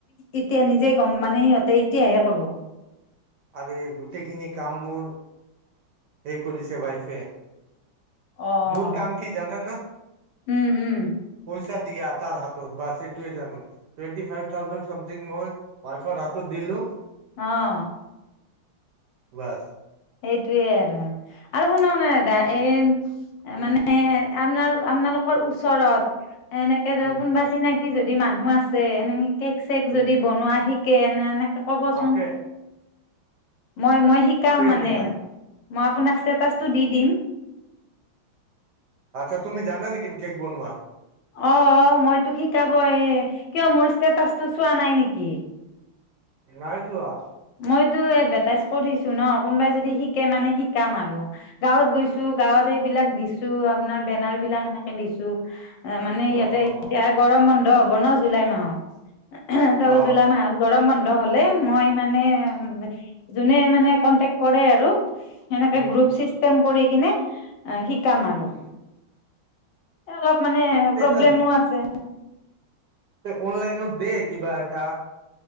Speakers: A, on the left; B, on the right.
A: এতিয়া নিজে গ'ম মানে সিহঁতে এতিয়াহে ক'ব।
B: আৰে গোটেইখিনি কাম মোৰ এই কৰিছে ৱাইফে।
A: অ'।
B: মোৰ কাম কি জানানা
A: উম, উম,
B: পইচা তাইক দিয়া তাৰ হাতত বাচ সেইটোৱে জানো টুৱেন্টি ফ্ৰাইভ থাউজেণ্ড চামথিং মই ৱাইফৰ হাতত দিলোঁ।
A: অহ'
B: বাচ।
A: সেইটোৱে আৰু, আৰু শুনাও‌ <unintelligible> দা এই
B: উম
A: মানে আপনাৰ-আপনালোকৰ ওচৰত এনেকে ধৰক
B: উম
A: কোনোবা চিনা কি যদি মানুহ আছে, এনেকে কেক, চেক
B: উম
A: যদি বনোৱা শিকে এনেকে ক'বচোন।
B: আছে
A: মই, মই শিকাম মান
B: <unintelligible>
A: মই আপোনাক ষ্টেটাচটো দি দিম।
B: আতচ্ছা তুমি জানা নেকি? কেক বনোৱা?
A: অ', অ', মইতো শিকাবয়ে কিয়, মোৰ ষ্টেটাচটো চোৱা নাই নিকি?
B: নাই চোৱা।
A: মইতো এডভাৰটাইজ কৰিছোঁ ন' কোনোবাই যদি শিকে মানে শিকাম আৰু, গাঁৱত গৈছোঁ। গাঁৱত এইবিলাক দিছোঁ, আপনাৰ বেনাৰ বিলাক এনেকে দিছোঁ। অ', মানে ইয়াতে
B: অ
A: এতিয়া
B: অ
A: গৰম বন্ধ হ'ব ন' জুলাই মাহত। তাৰ পৰা
B: অহ
A: জুলাই মাহত গৰম বন্ধ হ'লে, মই মানে উ যোনে মানে কনটেক কৰে আৰু সেনেকে
B: উম
A: গ্ৰুপ চিষ্টেম কৰি কিনে শিক কাম আৰু।
B: উম
A: এ অলপ মানে
B: তেতিয়া
A: প্ৰব্লেমো আছে।
B: অনলাইনো দে কিবা এটা